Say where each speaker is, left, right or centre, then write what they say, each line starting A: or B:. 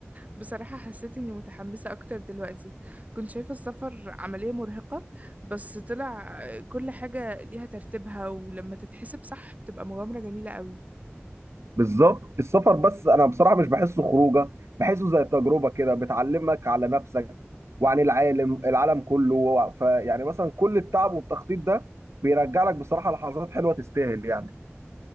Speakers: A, on the right; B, on the right.
A: بصراحة حسيت إني متحمسة أكتر دلوقتي كنت شايفة السفر عملية مرهقة بس طلع كل حاجة ليها ترتيبها ولما تتحسب صح بتبقى مغامرة جميلة قوي
B: بالظبط السفر بس انا بصراحه مش بحسه خروجه بحسه زي تجربه كده بتعلمك على نفسك وعن العالم العالم كله فيعني مثلا كل التعب والتخطيط ده بيرجع لك بصراحه لحظات حلوه تستاهل يعني